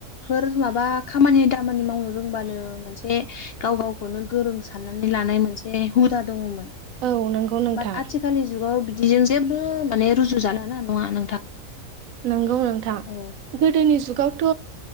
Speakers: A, on the left; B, on the right.
A: फोर माबा खामानि दामानि मावनो रोंबानो मोनसे गाव गावखौनो गोरों साननानै लानाय मोनसे हुदा दङमोन
B: औ नंगौ नोंथां
A: बाद आथिखालनि जुगाव बिदिजों जेबो माने रुजु जालाना नङा नोंथां
B: नंगौ नोंथां
A: औ
B: गोदोनि जुगावथ'